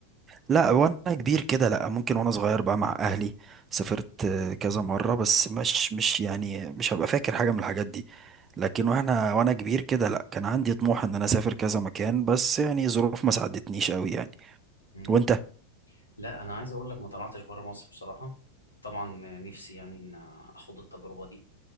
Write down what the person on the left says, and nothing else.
امم
لا انا عايز اقول لك ما طلعتش بره مصر بصراحه طبعا نفسي يعني ان اخد التجربه دي